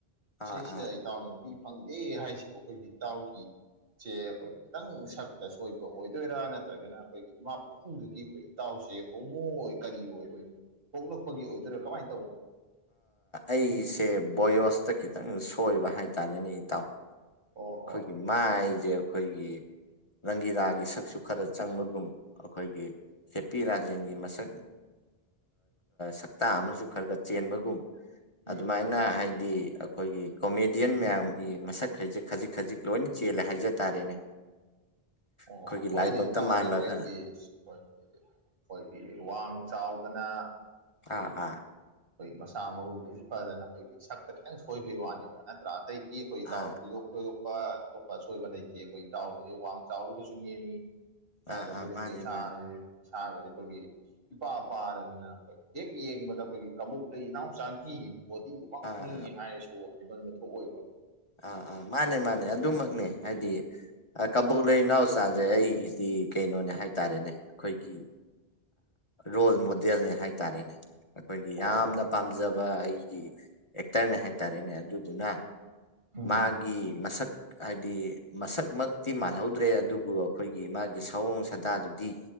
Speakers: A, on the right (about 65°); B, on the left (about 30°).
A: ꯑꯁꯤꯁꯤꯗ
B: ꯑꯥ ꯑꯥ
A: ꯏꯇꯥꯎꯅ ꯅꯨꯄꯤ ꯐꯪꯗꯦ ꯍꯥꯏꯁꯤꯕꯨ ꯑꯩꯈꯣꯏꯒꯤ ꯏꯇꯥꯎꯒꯤꯁꯦ ꯑꯩꯈꯣꯏ ꯈꯤꯇꯪ ꯁꯛꯇ ꯁꯣꯏꯕ ꯑꯣꯏꯗꯣꯏꯔꯥ ꯅꯠꯇ꯭ꯔꯒꯅ ꯑꯩꯈꯣꯏꯒꯤ ꯏꯃꯥ ꯄꯍꯨꯝꯗꯨꯗꯤ ꯑꯩꯈꯣꯏ ꯏꯇꯥꯎꯁꯦ ꯍꯧꯃꯣꯏ ꯀꯔꯤ ꯑꯣꯏ ꯑꯣꯏꯅ ꯄꯣꯛꯂꯛꯄꯒꯤ ꯑꯣꯏꯗꯣꯏꯔꯥ ꯀꯃꯥꯏꯅ ꯇꯧꯕ
B: ꯑꯩꯁꯦ ꯕꯣꯣꯌꯣꯁꯇ ꯈꯤꯇꯪ ꯁꯣꯏꯕ ꯍꯥꯏꯇꯥꯥꯔꯦꯅꯦ ꯏꯇꯥꯎ
A: ꯑꯣ
B: ꯑꯩꯈꯣꯏꯒꯤ
A: ꯑꯣ
B: ꯃꯥꯏꯁꯦ ꯑꯩꯈꯣꯏꯒꯤ ꯔꯪꯒꯤꯔꯥꯒꯤ ꯁꯛꯁꯨ ꯈꯔ ꯆꯪꯕꯒꯨꯝ ꯑꯩꯈꯣꯏꯒꯤ ꯁꯦꯞꯄꯤ ꯔꯥꯖꯦꯟꯒꯤ ꯃꯁꯛ ꯁꯛꯇꯇꯥ ꯑꯃꯁꯨ ꯈꯔ ꯈꯔ ꯆꯦꯟꯕꯒꯨꯝ
A: ꯎꯝ
B: ꯑꯗꯨꯃꯥꯏꯅ ꯍꯥꯏꯗꯤ ꯑꯩꯈꯣꯏꯒꯤ ꯀꯣꯃꯦꯗꯤꯌꯟ ꯃꯌꯥꯝꯒꯤ ꯃꯁꯛꯈꯩꯁꯦ ꯈꯖꯤꯛ ꯈꯖꯤꯛ ꯂꯣꯏꯅ ꯆꯦꯜꯂꯦ ꯍꯥꯏꯖ ꯇꯥꯔꯦꯅꯦ
A: ꯑꯣ
B: ꯑꯩꯈꯣꯏꯒꯤ
A: ꯍꯣꯏꯅꯦ
B: ꯂꯥꯏꯕꯛꯇ
A: ꯏꯇꯥꯎꯖꯤꯦ
B: ꯃꯥꯟꯕ
A: ꯑꯩꯈꯣꯏꯒꯤ
B: ꯈꯔ
A: ꯑꯩꯈꯣꯏꯒꯤ ꯑꯩꯈꯣꯏꯒꯤ ꯋꯥꯡ ꯆꯥꯎꯗꯅ ꯑꯩꯈꯣꯏꯒꯤ
B: ꯑꯥ ꯑꯥ
A: ꯑꯩꯈꯣꯏ ꯃꯁꯥ ꯃꯎ ꯍꯧꯖꯤꯛ ꯐꯗꯅ ꯑꯩꯈꯣꯏꯒꯤ ꯁꯛꯇ ꯈꯤꯇꯪ ꯁꯣꯏꯕꯩ ꯋꯥꯅꯦꯕ ꯅꯠꯇ꯭ꯔꯥ ꯑꯇꯩ ꯏ ꯑꯩꯈꯣꯏ ꯏꯇꯥꯎ
B: ꯑꯥ
A: ꯊꯣꯏꯗꯣꯛ ꯊꯣꯏꯗꯣꯛꯄ ꯑꯇꯣꯞꯄ ꯑꯁꯣꯏꯕ ꯂꯩꯇꯦ ꯑꯩꯈꯣꯏ ꯏꯇꯥꯎ ꯋꯥꯡ ꯆꯥꯎꯔꯒꯁꯨ ꯅꯦꯝꯃꯤ
B: ꯑꯥ
A: ꯑꯗꯒꯤꯗꯤ
B: ꯑꯥ ꯃꯥꯅꯦ
A: ꯑꯩꯈꯣꯏ ꯁꯥꯁꯦ
B: ꯃꯥꯅꯦ
A: ꯁꯥꯕꯁꯦ ꯑꯩꯈꯣꯏꯒꯤ ꯏꯄꯥ ꯄꯥꯔꯗꯅ ꯑꯩꯈꯣꯏ ꯍꯦꯛ ꯌꯦꯡꯕꯗ ꯑꯩꯈꯣꯏꯒꯤ ꯀꯕꯣꯛ ꯂꯩ ꯏꯅꯥꯎꯆꯥꯒꯤ ꯄꯣꯠ ꯗꯨꯃꯛꯅꯤ
B: ꯑꯥ ꯑꯥ
A: ꯍꯥꯏꯔꯁꯨ ꯍꯥꯏꯕꯟꯕ ꯊꯣꯛꯑꯣꯏꯕ
B: ꯑꯥ ꯑꯥ ꯃꯥꯅꯦ ꯃꯥꯅꯦ ꯑꯗꯨꯃꯛꯅꯦ ꯍꯥꯏꯗꯤ ꯀꯕꯣꯛ ꯂꯩ ꯏꯅꯥꯎꯆꯥꯁꯦ ꯑꯩꯒꯤꯗꯤ ꯀꯩꯅꯣꯅꯦ ꯍꯥꯏꯇꯥꯔꯦꯅꯦ ꯑꯩꯈꯣꯏꯒꯤ ꯔꯣꯜ ꯃꯣꯗꯦꯜꯅꯦ ꯍꯥꯏꯇꯥꯔꯦꯅꯦ ꯑꯩꯈꯣꯏꯒꯤ ꯌꯥꯝꯅ
A: ꯑꯣ ꯑꯣ
B: ꯄꯥꯝꯖꯕ ꯑꯩ ꯑꯦꯛꯇꯔꯅꯦ ꯍꯥꯏꯇꯥꯔꯦꯅꯦ ꯑꯗꯨꯗꯨꯅ
A: ꯎꯝ
B: ꯃꯥꯒꯤ ꯃꯁꯛ ꯍꯥꯏꯗꯤ ꯃꯁꯛꯃꯛꯇꯤ ꯃꯥꯜꯍꯧꯗ꯭ꯔꯦ ꯑꯗꯨꯕꯨ ꯑꯩꯈꯣꯏꯒꯤ ꯃꯥꯒꯤ ꯁꯑꯣꯡ ꯁꯥꯗꯥꯗꯨꯗꯤ